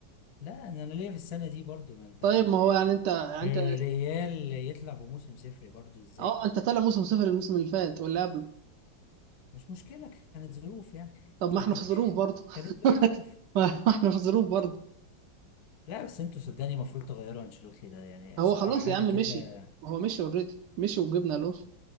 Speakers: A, on the left; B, on the right.
A: لا انا أنا ليا في السنه دي برضو ما انت
B: طيب
A: يعني
B: ما هو يعني انت يعني انت
A: الريال يطلع بموسم صفري برضو ازاي
B: اه ما
A: يعني
B: انت طالع موسم صفر الموسم اللي فات واللي قبله
A: مش مشكله كانت ظروف يعني
B: طب ما احنا
A: <laughs>
B: في ظروف برضه
A: كانت ظروف
B: <laughs> ما احنا في ظروف برضه
A: لا بس انتوا صدقني المفروض تغيروا انشيلوتي ده يعني
B: هو
A: صراحه
B: خلاص
A: حاجه
B: يا عم
A: كده
B: مشي هو مشي اوريدي مشي وجبنا الونسو